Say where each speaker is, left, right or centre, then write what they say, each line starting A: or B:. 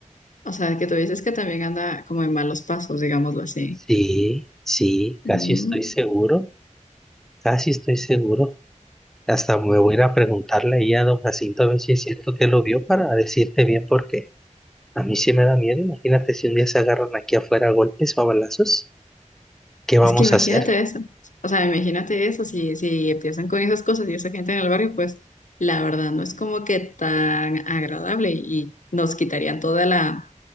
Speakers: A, on the left; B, in the centre.
A: O sea, que tú dices que también anda como en malos pasos, digámoslo así.
B: Sí, sí, casi
A: Mm,
B: estoy seguro, casi estoy seguro. Hasta me voy a ir a preguntarle ahí a don Jacinto a ver si es cierto que lo vio para decirte bien porque a mí sí me da miedo. Imagínate si un día se agarran aquí afuera a golpes o a balazos, ¿qué vamos
A: Es que imagínate
B: a hacer?
A: eso. O sea, imagínate eso. Si, si empiezan con esas cosas y esa gente en el barrio, pues la verdad no es como que tan agradable y nos quitarían toda la,